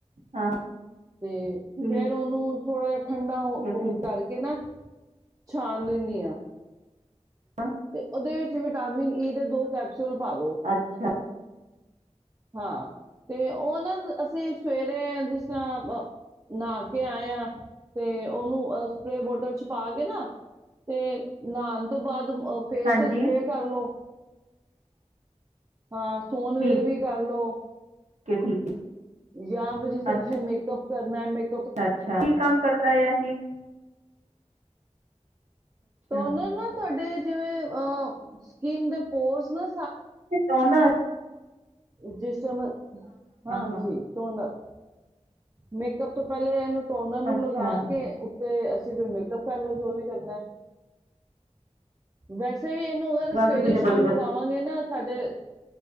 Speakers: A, on the right; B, on the right.
A: ਹਾਂ
B: ਤੇ
A: ਠੀਕ
B: ਫੇਰ ਉਹਨੂੰ ਥੋੜ੍ਹਾ ਠੰਡਾ ਹੋ
A: ਹੈ ਠੀਕ
B: ਕਰਕੇ ਨਾ ਛਾਣ ਲੈਂਨੀ ਆਂ।
A: ਹੈ
B: ਤੇ ਉਹਦੇ ਵਿੱਚ ਵਿਟਾਮਿਨ ਈ ਦੇ ਦੋ ਕੈਪਸੂਲ ਸਲ ਪਾ ਦੋ।
A: ਅੱਛਾ
B: ਹਾਂ ਤੇ ਉਹ ਨਾ ਅਸੀਂ ਸਵੇਰੇ ਜਿਸ ਤਰਾਂ ਨਹਾ ਕੇ ਆਏ ਆਂ ਤੇ ਉਹਨੂੰ ਸਪਰੇ ਬੋਤਲ ਚ ਪਾ ਕੇ ਨਾ ਤੇ ਨਹਾਣ ਤੋਂ ਬਾਅਦ ਫੇਸ
A: ਹਾਂਜੀ
B: ਤੇ ਸਪਰੇ ਕਰ ਲੋ। ਹਾਂ ਸੋਨ
A: ਠੀਕ
B: ਵੇਲੇ ਵੀ ਲੋ
A: ਹੈ ਠੀਕ
B: ਯਾ ਵ ਜੀ
A: ਹੈ
B: ਸਭਸੀ
A: ਅੱਛਾ
B: ਮੇਕਅਪ ਕਰਨਾ ਮੇ -
A: ਅੱਛਾ ਕੀ ਕੰਮ ਕਰਦਾ ਹੈ ਅਸੀ
B: ਟੋਨਰ
A: ਅੱਛਾ
B: ਨਾ ਤੁਹਾਡੇ ਜਿਵੇਂ ਅ ਸਕਿਨ ਦੇ ਪੋਰਸ ਨ
A: ਦੋਨਾਂ
B: ਜਿਸ ਚਮਲ ਹਾਂਜੀ
A: ਹਾਂ
B: ਸੋ ਨਾਲ ਮੇਕਅੱਪ ਤੋਂ ਪਹਿਲੇ ਇਹਨੂੰ ਟੋਨਰ ਨੂੰ
A: ਅੱਛਾ
B: ਲਗਾ ਕੇ ਤੇ ਅਸੀਂ ਫਿਰ ਮੇਕਅੱਪ ਕਰਲਓ ਜੋ ਵੀ ਕਰਨਾ ਵੈਸੇ ਅੇ ਵੀ ਇਹਨੂੰ ਅਗਰ
A: ਵਾਹ
B: ਸਵੇਰੇ
A: ਤੁਸੀਂ ਤੇ ਬੜੀ
B: ਸ਼ਾਮ ਲਗਾਵਾਂਗੇ ਨਾ ਸਾਡੇ